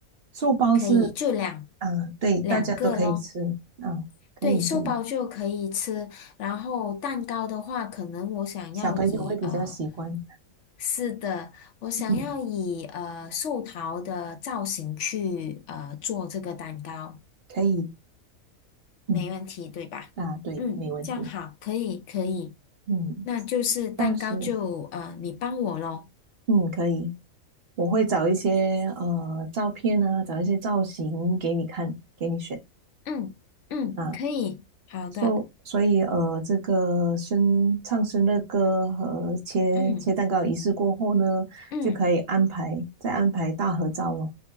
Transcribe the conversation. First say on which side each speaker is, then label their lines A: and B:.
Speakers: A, on the right; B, on the left.
A: 寿包是
B: 可以就两
A: 啊，对，大家都可以吃啊，
B: 两个咯。
A: 可以可以，
B: 对，寿包就可以吃，然后蛋糕的话，可能我想要以呃，
A: 小朋友会比较喜欢，
B: 是的，我想要以呃寿桃的造型去呃做这个蛋糕，
A: 嗯。可以，
B: 没问题，
A: 嗯，
B: 对吧？
A: 啊，对，
B: 嗯，
A: 没问题，
B: 这样好，可以，可以，
A: 嗯，
B: 那就是蛋糕就呃你帮我咯。
A: 到时，嗯，可以，我会找一些呃照片啊，找一些造型给你看，给你选
B: 嗯嗯，
A: 啊，
B: 可以，好的，
A: 所、所以呃，这个生唱生日歌和切切蛋糕仪式过后呢，
B: 嗯嗯。
A: 就可以安排再安排大合照了，